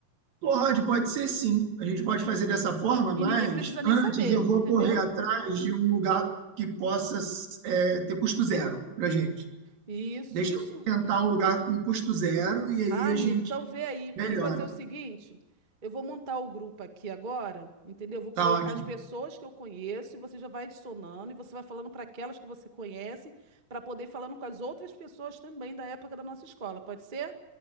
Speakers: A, on the right; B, on the right.
A: Pode, pode ser sim. A gente pode fazer dessa
B: né?
A: forma,
B: E
A: mas
B: ninguém precisa nem
A: antes
B: saber,
A: eu vou
B: entendeu?
A: correr atrás de um lugar que possa é, ter custo zero pra gente.
B: Isso,
A: Deixa
B: isso.
A: eu tentar um lugar com custo zero e aí
B: Ah, amigo,
A: a gente
B: então vê aí.
A: melhora.
B: Eu vou fazer o seguinte: eu vou montar o grupo aqui agora, entendeu? Eu vou colocar
A: Tá ótimo.
B: as pessoas que eu conheço e você já vai adicionando e você vai falando para aquelas que você conhece, para poder ir falando com as outras pessoas também da época da nossa escola, pode ser?